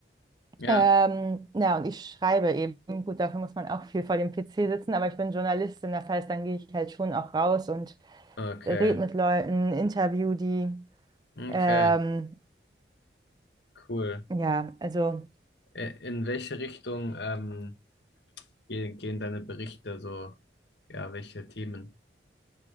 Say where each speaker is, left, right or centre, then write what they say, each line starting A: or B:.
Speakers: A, on the left; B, on the right.
A: Ja,
B: Ähm, na, und ich schreibe eben. Gut, dafür muss man auch viel vor dem PC sitzen, aber ich bin Journalistin, das heißt, dann gehe ich halt schon auch raus und
A: okay,
B: rede mit Leuten, interview die.
A: okay,
B: Ähm,
A: cool.
B: Ja, also
A: Ä- In welche Richtung ähm, ge- gehen deine Berichte so? Ja, welche Themen?